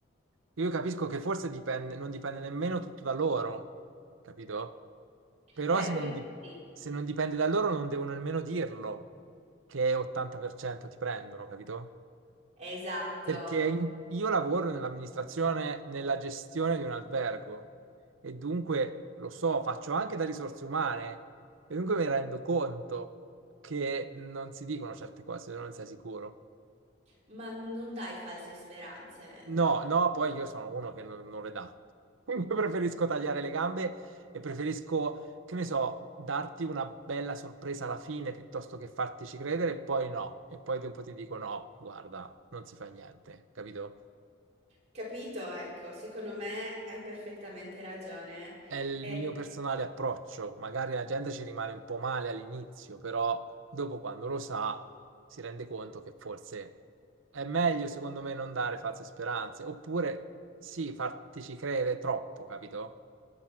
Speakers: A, on the right; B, on the right.
A: io capisco che forse dipende, non dipende nemmeno tutto da loro, capito? Però
B: Beh,
A: se
B: questo
A: non, di-
B: sì.
A: se non dipende da loro non devono nemmeno dirlo che 80% ti prendono, capito?
B: Esatto,
A: Perché in- io lavoro nell'amministrazione, nella gestione di un albergo e dunque lo so, faccio anche da risorse umane e dunque mi rendo conto che non si dicono certe cose se non ne sei sicuro.
B: ma non dai false speranze, ecco.
A: No, no, poi io sono uno che non, non le dà. <laughs> Dunque preferisco tagliare le gambe e preferisco, che ne so, darti una bella sorpresa alla fine piuttosto che fartici credere e poi no. E poi dopo ti dico no, guarda, non si fa niente, capito?
B: Capito? Ecco, secondo me hai perfettamente ragione.
A: È il
B: Eh,
A: mio personale approccio. Magari la gente ci rimane un po' male all'inizio, però dopo quando lo sa si rende conto che forse è meglio, secondo me, non dare false speranze. Oppure sì, fartici credere troppo, capito?